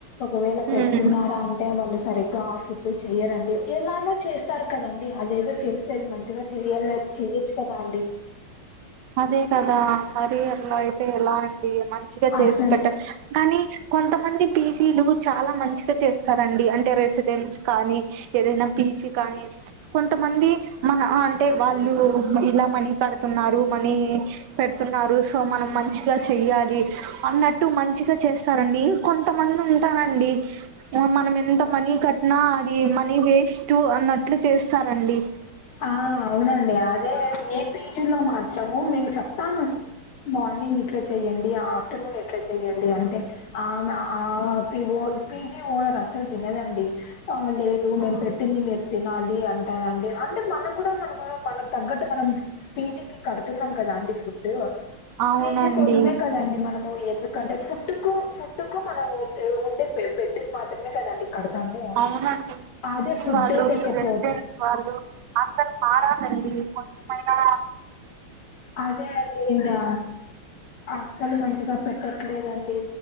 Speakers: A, on the left; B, on the right.
A: ఒకవేళ పెడుతున్నారా
B: ఉమ్
A: అం టే వాళ్ళు సరిగ్గా ఫుడ్ చెయ్యరండి ఎలానో చేస్తారు కదండి అదేదో చే స్తే అది మంచిగా చేయాల చెయొచ్చు కదా అండి
B: అదే కదా మరి అలా అయితే ఎలా అండి మంచిగా చేసి
A: అసలు
B: పెట్టా కానీ కొంతమంది పీ జీలు చాలా మంచిగా చేస్తారండి అంటే రెసిడెన్స్ కానీ ఏదైనా పీజీ కానీ కొంతమంది మన అంటే వాళ్ళు ఇలా మనీ కడుతున్నారు మనీ పెడుతున్నారు సో మనం మంచిగా చెయ్యాలి అన్నట్టు మంచిగా చేస్తారండి కొంతమంది ఉంటరండి ఆ మనం ఎంత మనీ కట్ట్నా అది మనీ వేస్ట్ అన్నట్లు చేస్తా అండి
A: ఆ అవునండి అదే మీ పేజీలో మాత్రము మేము చెప్తామ మార్నింగ్ ఇట్లా చెయ్యండి ఆఫ్టర్నూన్ ఇట్లా చెయ్యండి అంటే ఆమె ఆ పిఓ పిజీ ఓనర్ అసలు వినదండి ఆ లేదు మేము పెట్టింది మీరు తినాలి అం ఆ అండి అంటే మనం కూడా మనము మన తగ్గట్టు మనం పీజీకి కడుతున్నాం కదా అండి ఫుడ్
B: అవునండి
A: పీజీ కోసమే కదండి మనం ఎందుకంటే ఫుడ్ కు ఫుడ్ కు మనము ఉండే బెడ్డుకు మాత్రమే కదండి కడతాము
B: అవునండి ఈ పీజీ
A: అదే ఫుడ్డే
B: వాళ్ళు
A: లేకపో
B: ఈ రెసిడెన్స్ వాళ్ళు అందరు మారాలండి కొంచమైనా
A: అదే అండి మ్యా అసలు మంచిగా పెట్టట్లేదండి